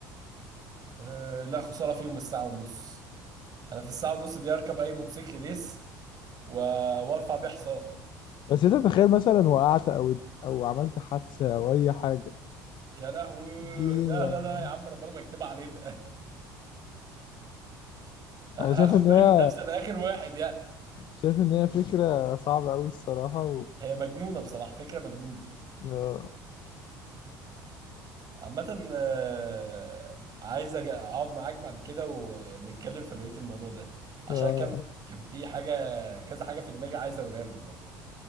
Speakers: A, on the right; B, on the left.
A: آه، لا خسارة فيهم الساعة ونص انا في الساعه ونص دي اركب اي موتوسيكل ريس و... وارفع بيه حصان
B: بس انت تخيل مثلا وقعت او او عملت حادثة او اي حاجة
A: يا لهوي
B: دي
A: لا
B: يعني
A: لا لا يا عم ربنا ما يكتبها علينا <laughs> هاخد
B: انا شايف ان
A: بالي
B: هي
A: من نفسي انا اخر واحد يعني
B: شايف ان هي فكرة صعبة قوي الصراحة و...
A: هي مجنونه بصراحه فكره مجنونه
B: آه...
A: عامه آه، عايز أج- اقعد معاك بعد كده ونتكلم في بقيه الموضوع ده عشان
B: آه...
A: كان كان في حاجه كذا حاجه في دماغي عايز اقولها لك برضه